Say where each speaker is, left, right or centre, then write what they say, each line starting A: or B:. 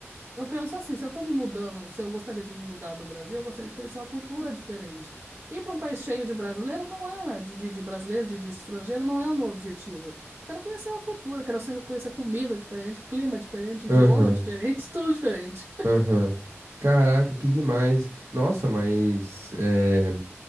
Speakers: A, on the right; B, on the right.
A: eu penso assim, se eu estou me mudando, se eu gostaria de me mudar do Brasil, eu gostaria de conhecer uma cultura diferente. Ir para um país cheio de brasileiro não é, de, de, de brasileiro, de, de estrangeiro, não é o meu objetivo. Quero conhecer uma cultura, quero ser- conhecer comida diferente, clima diferente, idioma
B: Aham,
A: diferente, <laughs> tudo diferente.
B: aham. Caraca, que demais. Nossa, mas eh,